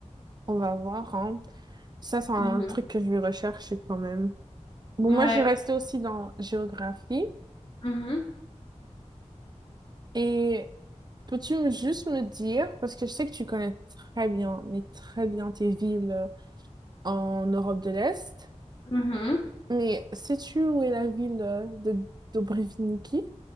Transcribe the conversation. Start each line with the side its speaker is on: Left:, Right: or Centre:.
Right: on va voir, hein. Ça, c'est un
Left: Mhm.
Right: truc que je vais rechercher quand même. Bon,
Left: Ouais.
Right: moi, j'ai resté aussi dans géographie.
Left: Mhm.
Right: Et peux-tu me- juste me dire, parce que je sais que tu connais très bien, mais très bien tes villes euh, en Europe de l'Est,
Left: Mhm.
Right: mais sais-tu où est la ville euh, de Dubrovniki?